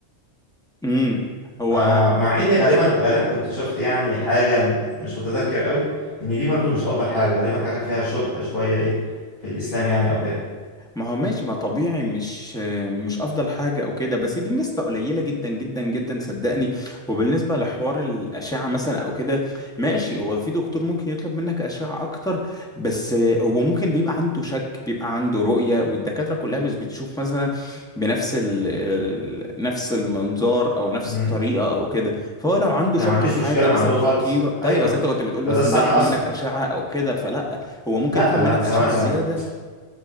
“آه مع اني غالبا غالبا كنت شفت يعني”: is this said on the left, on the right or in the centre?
Left